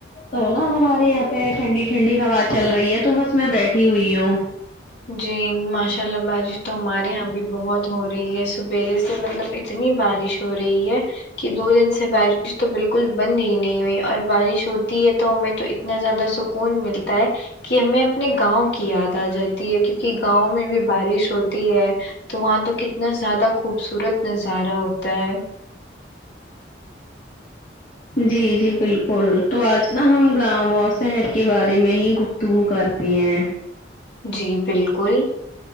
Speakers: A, on the left; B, on the left.
A: تو نا ہمارے یہاں پہ ٹھنڈی ٹھنڈی ہوا چل رہی ہے تو بس میں بیٹھی ہوئی ہوں
B: جی ماشاء اللہ بارش تو ہمارے یہاں بھی بہت ہو رہی ہے سبیرے سے مطلب اتنی بارش ہو رہی ہے کہ دو دن سے بارش تو بالکل بند ہی نہیں ہوئی اور بارش ہوتی ہے تو ہمیں تو اتنا زیادہ سکون ملتا ہے کہ ہمیں اپنے گاؤں کی یاد آ جاتی ہے کیونکہ گاؤں میں بھی بارش ہوتی ہے تو وہاں تو کتنا زیادہ خوبصورت نظارہ ہوتا ہے
A: جی جی بالکل تو آج نا ہم گاؤں اور شہر کے بارے میں ہی گ فتگو کرتی ہیں
B: جی بالکل